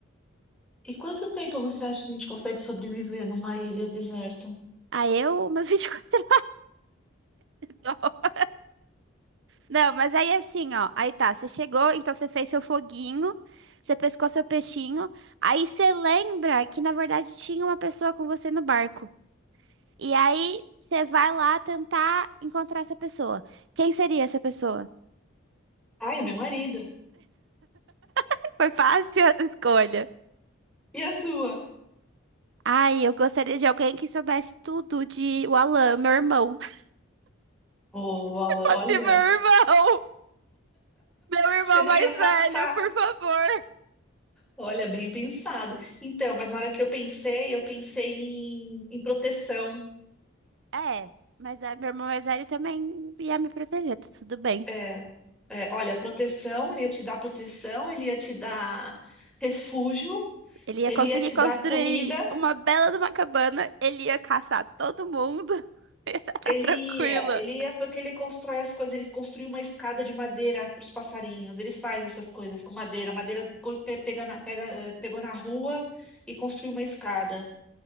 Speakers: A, in the centre; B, on the right.
A: E quanto tempo você acha que a gente consegue sobreviver numa ilha deserta?
B: Aí eu, umas <laughs> vinte e quatro horas. <laughs> Não, mas aí assim, ó. Aí tá, você chegou, então você fez seu foguinho, você pescou seu peixinho. Aí você lembra que na verdade tinha uma pessoa com você no barco. E aí você vai lá tentar encontrar essa pessoa. Quem seria essa pessoa?
A: Ai, o meu marido.
B: <laughs> Foi fácil essa escolha.
A: E a sua?
B: Ai, eu gostaria de alguém que soubesse tudo de o Alan, meu irmão. <laughs>
A: Ô, Alan,
B: Fosse
A: olha,
B: meu irmão! Meu irmão
A: você não
B: mais
A: ia passar.
B: velho, por favor!
A: Olha, bem pensado. Então, mas na hora que eu pensei, eu pensei em, em proteção.
B: É, mas é, meu irmão mais velho também ia me proteger, tá tudo bem.
A: É, é, olha, proteção, ele ia te dar proteção, ele ia te dar refúgio,
B: Ele ia
A: ele
B: conseguir
A: ia te
B: construir
A: dar comida.
B: uma bela de uma cabana, ele ia caçar todo mundo, <laughs> e ia tá
A: Ele
B: tranquila.
A: ia, ele ia porque ele constrói as coisas, ele construiu uma escada de madeira para os passarinhos, ele faz essas coisas com madeira, A madeira co- pe- pega na- pega, eh, pegou na rua e construiu uma escada.